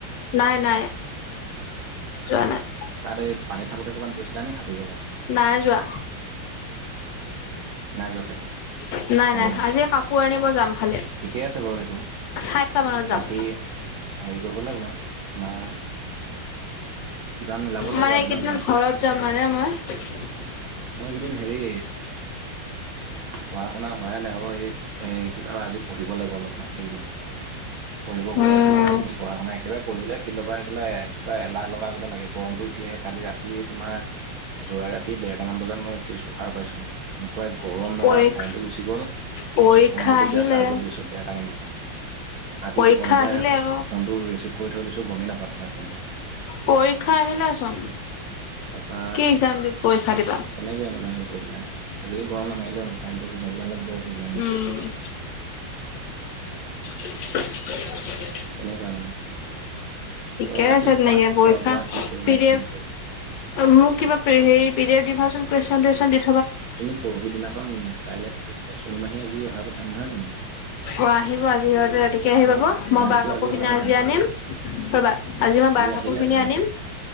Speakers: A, on the left; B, on the right.
A: নাই, নাই যোৱা নাই।
B: তাত এই পানীত থাকোতে ক'ৰবাত গৈছিল নেকি? সাতুৰিবলে
A: নাই, যোৱা।
B: নাই যোৱা চাগে।
A: উ নাই,
B: অ
A: নাই আজি কাপোৰ আনিব যাম এফালে
B: ঠিকে আছে বাৰু সেইটো
A: চাৰে আঠটামানত যাম।
B: বাকী হেৰি কৰিব লাগিব তোমাৰ কিবা মিলাব লাগিব
A: মানে
B: আৰু তেনেকে
A: কেইদিনমান ঘৰত যাম মানে মই।
B: মই এইকেইদিন হেৰি পঢ়া-শুনা হোৱাই নাই অ' এই এ কিবা আজি পঢ়িব লাগিব অলপমান এইকেইদিন পঢ়িব কৈ
A: উম
B: আছিলা নহয় এইকেইদিন পঢ়া-শুনা একেবাৰে পঢ়িবলৈ ফিল্ড পৰা আহি পেলাই কিবা এলাহ লগা নিচনা লাগে গৰমটো উঠিয়ে কালি ৰাতি তোমাৰ যোৱা ৰাতি দেৰটা মান বজাত মই উঠিছো সাৰ পাইছো। ওৱাই গৰম নহয়
A: পৰীক্ষ
B: কাৰেণ্টটো গুচি গ'ল তাৰপিছত
A: পৰীক্ষা
B: ফোনটো তেতিয়া
A: আহিলে
B: চাৰ্জত দিছো দেৰটা মান বজাত। ৰাতি
A: পৰীক্ষা
B: টোপনিতে
A: আহিলে আকৌ
B: ফোনটো ৰিচিভ কৰি থৈ দিছো গমেই নাপাওঁ তোমাৰ ফোনটো।
A: পৰীক্ষা আহিলেচোন
B: তাৰপা
A: কি একযাম দিম পৰীক্ষা দিম?
B: তেনেকে মানে হেৰী কৰিবলে আজি গৰম নামাৰিলে হ'ল কাৰেণ্টো বুজাব পালে বৰ প্ৰব্লেম
A: উম <inaudible>
B: তেনেকুৱাই মানে।
A: ঠিকে
B: তাৰপৰা বাকী
A: আছে তেনেকে
B: কোৱা খোৱা
A: পৰীক্ষা
B: বোৱা কি কৰিলা
A: পি দি
B: কি
A: এফ
B: নকৰিলা
A: মোৰ কিবা হেৰি পি দি এফ দিবাচোন কুৱেচন টোৱেচন দিবাচোন।
B: তুমি পৰহি দিনাখন কাইলৈ থাকিব এ চুন মাহী আজি অহা কথা নহয় জানো?
A: অ আহিব আজি। কে আহি পাব মই
B: মাহীতো
A: বাৰ কাপোৰখিনি
B: অহা
A: আজি
B: কথা
A: আনিম কি কৰিবা আজি মই বাৰ কাপোৰখিনি
B: আহিলে চাগে
A: আনিম।